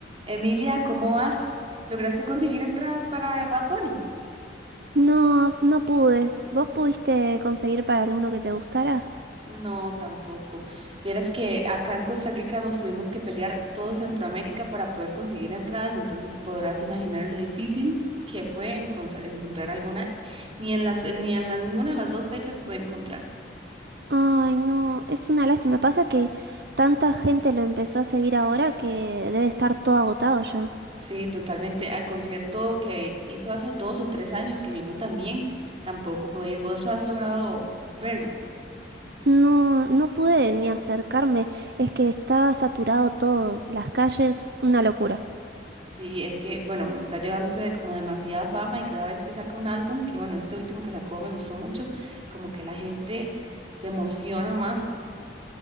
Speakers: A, on the right; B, on the right.
A: Emilia, ¿cómo vas? ¿Lograste conseguir entradas para Bad Bunny?
B: No, no pude. ¿Vos pudiste conseguir para alguno que te gustara?
A: No, tampoco. Vieras que acá en Costa Rica nos tuvimos que pelear todo Centroamérica para poder conseguir entradas, entonces podrás imaginar lo difícil que fue encon- encontrar alguna. Ni en las, ni en la- ninguna de las dos fechas pude encontrar.
B: Ay, no, es una lástima. Pasa que tanta gente lo empezó a seguir ahora que debe estar todo agotado ya.
A: Sí, totalmente. Al concierto que hizo hace dos o tres años que vino también, tampoco pude ir. ¿Vos has logrado verlo?
B: No, no pude ni acercarme. Es que está saturado todo. Las calles, una locura.
A: Sí, es que, bueno, está llevándose de como demasiada fama y cada vez que saca un álbum, que bueno, este último que sacó me gustó mucho, como que la gente se emociona más.